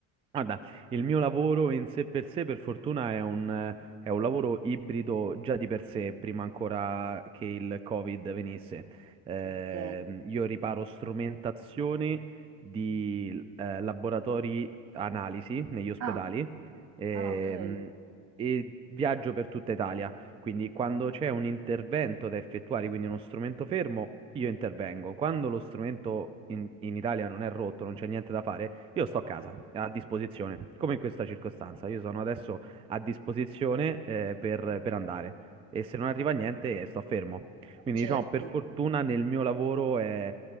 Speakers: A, on the right; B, on the right.
A: Guarda, il mio lavoro in sé per sé, per fortuna, è un, eh, è un lavoro ibrido già di per sé, prima ancora che il Covid venisse. Ehm,
B: Ok.
A: io riparo strumentazioni di eh, laboratori analisi negli ospedali
B: Ah.
A: ehm,
B: Ah, okay,
A: e viaggio per tutta Italia. Quindi quando c'è un intervento da effettuare, quindi uno strumento fermo, io intervengo. Quando lo strumento in, in Italia non è rotto, non c'è niente da fare, io sto a casa, a disposizione, come in questa circostanza. Io sono adesso a disposizione, eh, per, per andare e se non arriva niente, eh, sto fermo. Quindi
B: certo.
A: diciamo, per fortuna nel mio lavoro è,